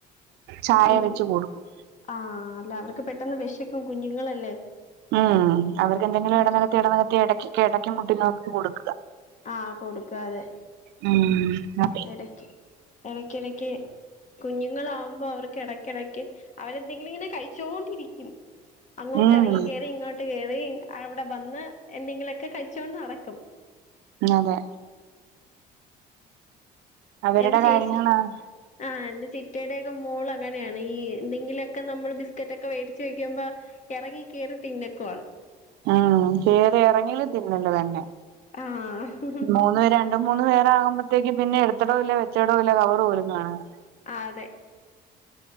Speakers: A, on the right; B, on the left.
A: ചായ
B: വീ
A: വെച്ച് കൊടുക്കും
B: ആഹ് അല്ല അവർക്ക് പെട്ടെന്ന് വെശക്കും കുഞ്ഞുങ്ങളല്ലേ
A: ആഹ് അവർക്ക്ന്തെങ്കിലും
B: പെട്ട
A: എടനിലയ്ക്ക് എടനിലയ്ക്ക് എടക്കൊക്കെ എടയ്ക്കിം ഫുഡ്ണ്ടാക്കി കൊടുക്ക
B: ആഹ് കൊട്ക്കാതെ
A: ഉം ആഹ്
B: എടയ്ക്ക് എടയ്ക്കിടക്ക് കുഞ്ഞ്ങ്ങളാവുമ്പോൾ അവർക്ക് എടക്കെടക്ക് അവരെന്തെങ്കിലും ഇങ്ങനെ കഴിച്ചോണ്ടിരിക്കും അങ്ങോട്ട്
A: ഉം
B: എറങ്ങി കേറി ഇങ്ങോട്ട് കേറി അബ്ടെ ബന്ന് എന്തെങ്കിലൊക്കെ കഴിച്ചോണ്ട് നടക്കും
A: അതെ അവരുടെ
B: എന്റെ ചേച്ചി
A: കാര്യങ്ങളാണ്
B: ആഹ് എന്റെ ചിറ്റയുടെയൊക്കെ മോൾ അങ്ങനെയാണ് ഈ എന്തെങ്കിലും ഒക്കെ നമ്മള് ബിസ്ക്കറ്റ ഒക്കെ മേടിച്ച് വെക്കുമ്പോ എറങ്ങി കേറി തിന്നക്കുവാണ്
A: ആ കേറി ഇറങ്ങൽ തിന്നല് തന്നെ
B: ആഹ്
A: മൂന്നു പേരും രണ്ട് മൂന്ന് പേരാ ആകുമ്പത്തേക്ക് പിന്നെ എടുത്തോടോല്ല വെച്ചടോല്ല കവറ് പോലും കാണ്‌കേല
B: ആ അതെ